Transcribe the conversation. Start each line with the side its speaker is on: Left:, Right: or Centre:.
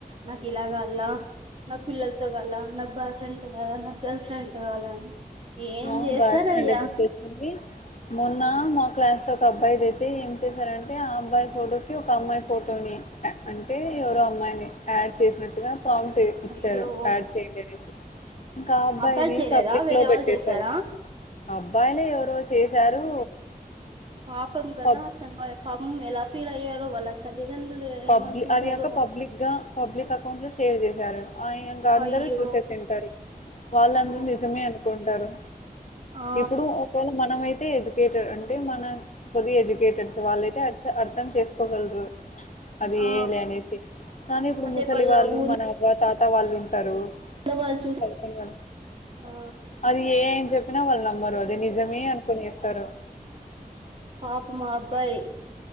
Right: నాకు ఇలాగాల నాకు పిల్లలతో కాల్ల నాకు బాయ్ ఫ్రెండ్ తో కాల నాకు గర్ల్ ఫ్రెండ్ తో కాల్ల అని ఏం
Left: అవును
Right: చేస్తారయ్యా
Left: భాష అంటే గుర్తొచ్చింది మొన్న మా క్లాస్ లో ఒక అబ్బాయిదైతే ఏం చేశారంటే ఆ అబ్బాయి ఫోటో కి ఒక అమ్మాయి ఫోటోని అంటే ఎవరో అమ్మాయిని యాడ్ చేసినట్టుగా ప్రామ్ట్ ఇచ్చారు
Right: అయ్యో
Left: బ్యాడ్ చేయండి అనేసి ఇంకా ఆ అబ్బాయిది
Right: అబ్బాయి చేయలేదా
Left: పబ్లిక్
Right: వేరే
Left: లో పెట్టేశారు
Right: వాళ్ళు చేసారా
Left: అబ్బాయిలే ఎవరో చేశారు
Right: పాపం కదా
Left: పబ్
Right: అతను <inaudible> పాపం ఎలా ఫీల్ అయ్యారో వాళ్ళ తల్లిదండ్రులు
Left: పబ్లి
Right: ఏమనుకుంటారో
Left: అది కాక పబ్లిక్ గా పబ్లిక్ అకౌంట్ లో షేర్ చేశారు ఆ ఇంక అందరూ
Right: అయ్యో
Left: చూసేసింటారు వాళ్ళ <unintelligible>
Right: ఓ
Left: నిజమే అనుకుంటారు
Right: ఆ
Left: ఇప్పుడు ఒకవేళ మనం అయితే ఎడ్యుకేటెడ్ అన్ ది మన కొద్దిగా ఎడ్యుకేటెడ్స్ వాళ్ళయితే అర్థం చేసుకోగలరు అది
Right: ఆ
Left: ఏ ఐ లే అనేసి కానీ ఇప్పుడు
Right: అదే
Left: ముసలి
Right: వాళ్ళ
Left: వాళ్ళు
Right: ఊర్లో
Left: మన అవ్వ తాత్ త్త వాళ్ళు ఉంటారు
Right: వాళ్ళు చూ
Left: సరిపోని వాళ్ళు
Right: ఆ
Left: అది ఏ ఐ అని చెప్పినా వాళ్ళు నమ్మరు అదే నిజమే అనుకునేస్తారు
Right: పాపం ఆ అబ్బాయి